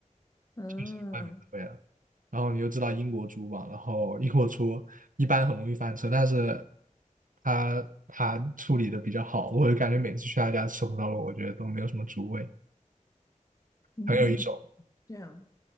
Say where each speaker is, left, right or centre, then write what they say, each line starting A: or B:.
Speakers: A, on the left (about 25°); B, on the right (about 85°).
A: 嗯
B: 确实外面的味道。然后你就知道英国猪吧，然后英国猪一般很容易翻车，但是他他处理的比较好，我就感觉每次去他家吃红烧肉，我觉得都没有什么猪味，
A: 嗯，
B: 很有一手。
A: 这样，